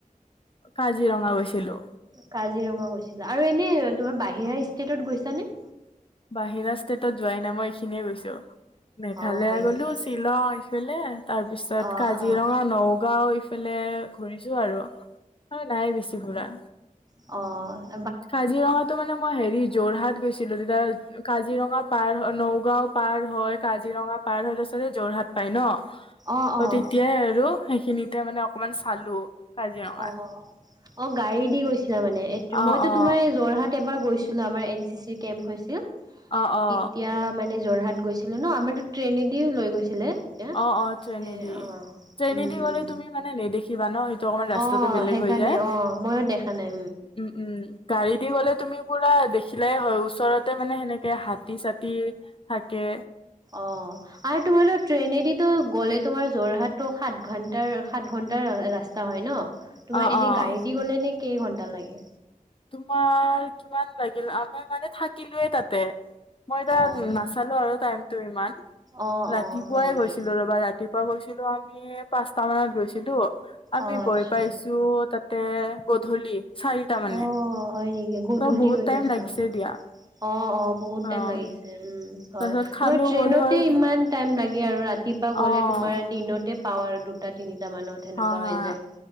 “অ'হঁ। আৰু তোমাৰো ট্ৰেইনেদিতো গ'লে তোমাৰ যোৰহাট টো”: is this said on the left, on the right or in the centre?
Right